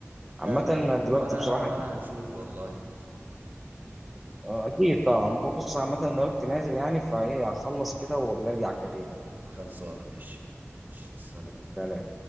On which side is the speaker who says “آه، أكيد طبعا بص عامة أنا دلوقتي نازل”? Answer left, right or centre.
Centre